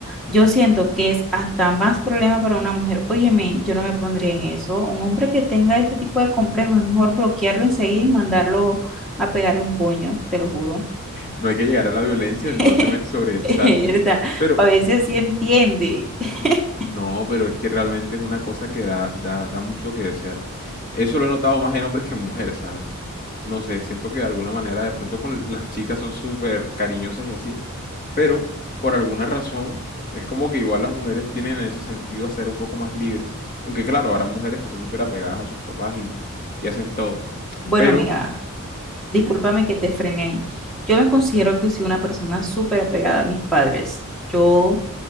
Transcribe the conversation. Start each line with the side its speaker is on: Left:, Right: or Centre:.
Centre: Yo siento que es hasta más problema para una mujer. Óyeme, yo no me pondría en eso. Un hombre que tenga este tipo de complejo es mejor bloquearlo enseguida y mandarlo a pegarle un puño, te lo juro.
Left: No hay que llegar a la violencia,
Centre: <laughs>
Left: no te me sobreexaltes,
Centre: Es verdad,
Left: pero
Centre: a veces sí entiende. <laughs>
Left: no, pero es que realmente es una cosa que da, da, da mucho que desear. Eso lo he notado más en hombres que en mujeres, ¿sabes? No sé, siento que de alguna manera de pronto con las chicas son súper cariñosas y así, pero por alguna razón es como que igual las mujeres tienen en ese sentido a ser un poco más libres. Aunque claro, habrá mujeres que son súper apegadas a sus papás y, y hacen todo.
Centre: Bueno,
Left: Pero,
Centre: mira,
Left: dime.
Centre: discúlpame que te frene ahí. Yo me considero que soy una persona súper apegada a mis padres. Yo